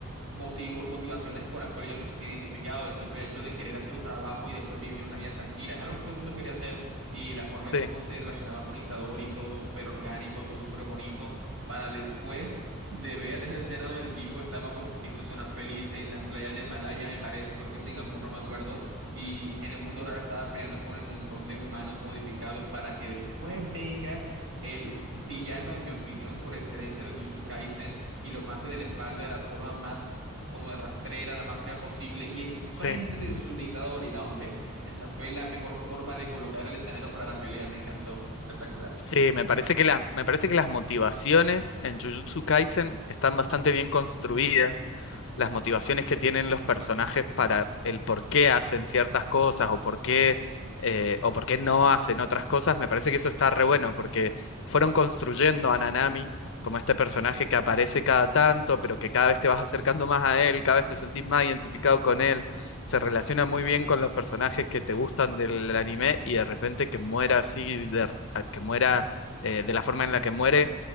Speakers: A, on the right (about 70°); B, on the left (about 55°).
A: motivo, motivaciones con las cuales yo me sentí identificado, el simple hecho de querer hacer su trabajo y después vivir una vida tranquila, es algo que todo el mundo quería hacer y la forma
B: sí,
A: en cómo se relacionaba con Itadori, todo súper orgánico, todo súper bonito, para después de ver esa escena donde el tipo estaba como que en su zona feliz en las playas de Malaya, me parece, o creo que Singapur, no me acuerdo, y en el mundo real estaba peleando con un montón de humanos modificados para que después venga el villano, en mi opinión, por excelencia de Jujutsu Kaisen, y lo mate de la espalda de la forma más como de rastrera, la más fría posible, y el
B: sí.
A: frente de su dictador. Y no, hombre, esa fue la mejor forma de colocar el escenario para la pelea, me encantó, espectacular,
B: Sí, me parece que las, me parece que las motivaciones en Jujutsu Kaisen están bastante bien construidas. Las motivaciones que tienen los personajes para el por qué hacen ciertas cosas o por qué, eh, o por qué no hacen otras cosas, me parece que eso está re bueno porque fueron construyendo a Nanami como este personaje que aparece cada tanto, pero que cada vez te vas acercando más a él, cada vez te sentís más identificado con él se relaciona muy bien con los personajes que te gustan del anime y de repente que muera así, de- que muera eh, de la forma en la que muere,